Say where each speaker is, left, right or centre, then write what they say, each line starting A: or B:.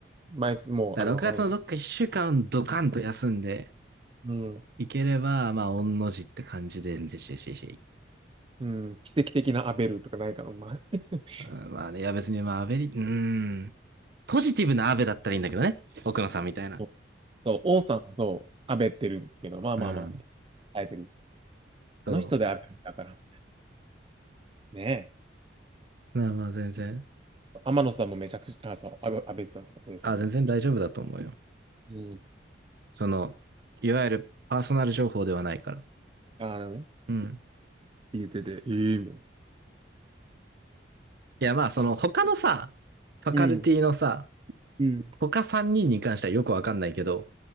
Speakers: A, on the right; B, on the right.
A: 毎年、もう、
B: だから6月のどっか1週間ドカンと休んで
A: あの、うん。うん。
B: いければ、まあ、御の字って感じで、んぜししし。
A: うん奇跡的なアベルとかないかな。まあ、<laughs>
B: うんまあね、いや別にまあ、アベリ、うーん、ポジティブなアベだったらいいんだけどね。奥野さんみたいな。
A: そうそう、王さんはそう、アベってるけど、まあまあまあ、
B: うん、
A: みたいな耐えてる。
B: そ
A: あの人でアベだから。ねえ。
B: う。まあまあ全然。
A: 天野さんもめちゃくちゃ、あ、そう、アベ、アベさん、アベさんも。
B: あ、全然大丈夫だと思うよ。
A: うん。
B: その、いわゆるパーソナル情報ではないから。
A: あのね。っ
B: うん。
A: て言ってて、ええみたい
B: いや、まあ、その他のさ、
A: な。か
B: ファカルティのさ、
A: うん。うん。
B: 他3人にんに関してはよくわかんないけど、